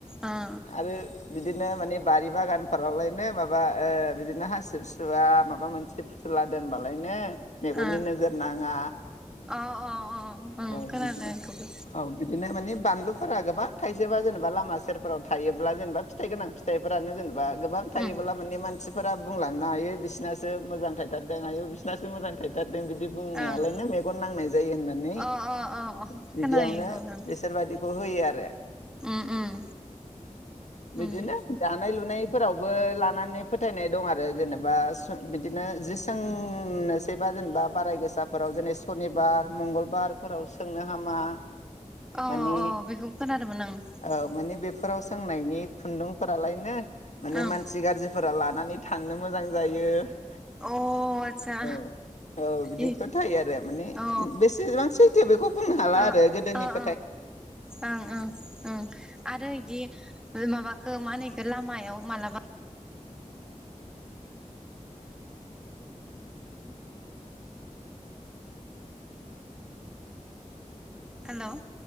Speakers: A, in the centre; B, on the left.
A: अ ओ
B: आरो बिदिनो माने बारि बागानफोरावलायनो माबा ओ बिदिनो हासिबसुवा माबा मोनसे फुला दोनबालायनो मेगननि
A: ओ
B: नोजोर नाङा
A: अ अ अ ओं
B: औ
A: खोनादों
B: बिदिनो
A: इखौबो
B: औ बिदिनो माने बा फानलुफोरा गोबां थाइजोबा जेनेबा लामा सेरफोराव थायोब्ला जेनेबा फिथाइ गोनां फिथाइफोरानो जेनेबा बा गोबां थायोब्ला
A: उम
B: माने मानसिफोरा बुंलांनो हायो बिसोरनासो मोजां थायथारदों हायो बिसोर दासो मोजां थायथारदों बिदि बुंनायालायनो
A: ओं
B: मेगन नांनाय जायो होननानै
A: अ
B: बिदियावनो
A: अ अ अ खोनायो इखौ ओं
B: बिसोरबायदिखौ होयो आरो
A: उम उम
B: बिदिनो
A: उम
B: दानाय लुनाय फोरावबो लानानै फोथायनाय दं आरो जेनेबा बिदिनो जि सोंनोसैबा जेनेबा बाराय गोसाफोराव जेनै सनिबार मंगलबार फोराव सोंनो हामा
A: अ
B: माने
A: औ बेखौबो खोनादोंमोन आं ।
B: औ माने बेफोराव सोंनायनि खुन्दुं फोरालायनो माने
A: ओं
B: मानसि गाज्रिफोरा लानानै थांनो मोजां जायो ।
A: ओं अ आतसा
B: औ औ बिदिफोर
A: इ
B: थायो आरो माने
A: अ
B: बेसेबां सैथो बेखौ बुंनो हाला
A: ओ
B: आरो गोदोनिफ्राय
A: ओ ओं ओं ओं आरो इदि माबा खो मानिखो लामायाव मालाबा हेलौ